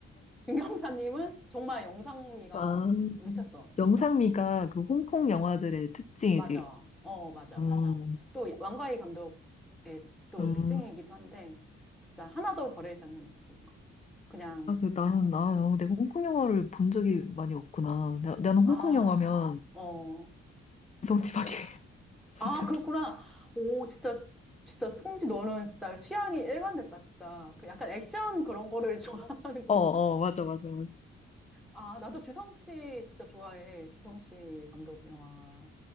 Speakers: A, in the centre; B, on the left (about 25°).
A: 중경섭님은 정말 영상미가
B: 아,
A: 미쳤어.
B: 영상미가
A: 그러니까
B: 그 홍콩 영화들의 특징이지.
A: 맞아, 어 맞아
B: 음,
A: 맞아. 또 왕가희 감독의 또
B: 음.
A: 특징이기도 한데 진짜 하나도 버릴 장면이 없으니까 그냥
B: 아, 그 나는 나 어, 내가 홍콩 영화를 본 적이 많이 없구나. 나, 나는
A: 아,
B: 홍콩 영화면
A: 어.
B: 성취밖에 <laughs>
A: 아,
B: 생각이.
A: 그렇구나. 오, 진짜, 진짜, 콩지 너는 진짜 취향이 일관됐다, 진짜. 그 약간 액션 그런 거를 <laughs> 좋아하는구나.
B: 어, 어, 맞아, 맞아, 맞아.
A: 아, 나도 주성치 진짜 좋아해. 주성치 감독 영화.